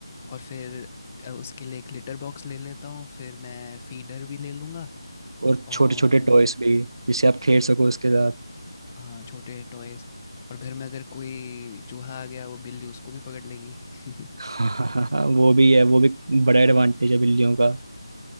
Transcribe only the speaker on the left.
और फिर अ, उसके लिए एक लिटर बॉक्स ले लेता हूँ फिर मैं फीडर भी ले लूँगा
और
हाँ छोटे टॉयज और घर में अगर कोई चूहा आ गया वो बिल्ली उसको भी पकड़ लेगी <laughs>